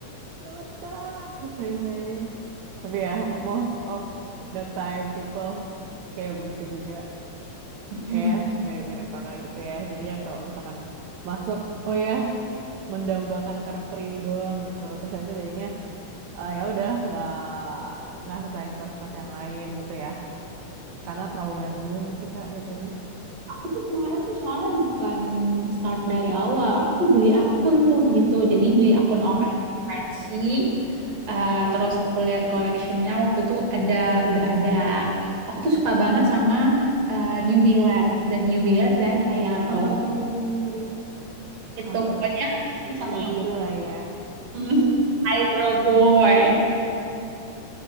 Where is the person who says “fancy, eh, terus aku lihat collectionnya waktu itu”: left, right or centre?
Right